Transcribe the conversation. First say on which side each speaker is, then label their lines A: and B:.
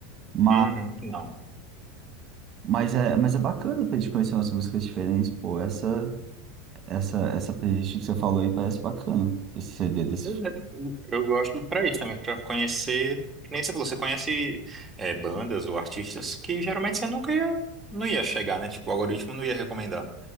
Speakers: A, on the right; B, on the right.
A: Mas,
B: Uhum, não.
A: mas, é, mas é bacana pra gente conhecer umas músicas diferentes, pô. Essa, essa, essa playlist que você falou aí parece bacana, esse CD desse
B: Pois é, Eu gosto pra isso também, pra conhecer, que nem você falou, você conhece é, bandas ou artistas que geralmente você nunca ia, não ia chegar, né? Tipo, o algoritmo não ia recomendar.